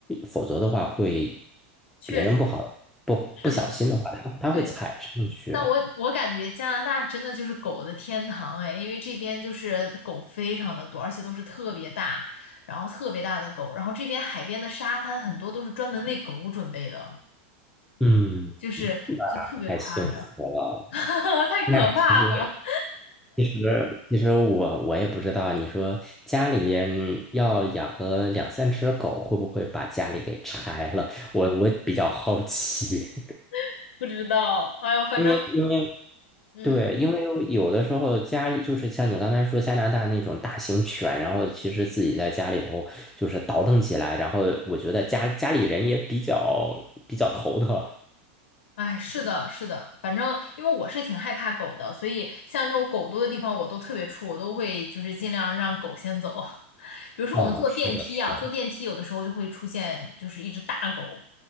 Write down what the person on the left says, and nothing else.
确实
是的，
对。但我我感觉加拿大真的就是狗的天堂哎，因为这边就是狗非常的多，而且都是特别大，然后特别大的狗，然后这边海边的沙滩很多都是专门为狗准备的，
就是就特别夸张，
<laughs> 太可怕了，
<laughs> 不知道，哎呦，
反正
嗯。
哎，是的，是的，反正因为我是挺害怕狗的，所以像这种狗多的地方我都特别怵，我都会就是尽量让狗先走。<laughs> 比如说我们坐电梯啊，
坐电梯有的时候就会出现就是一只大狗，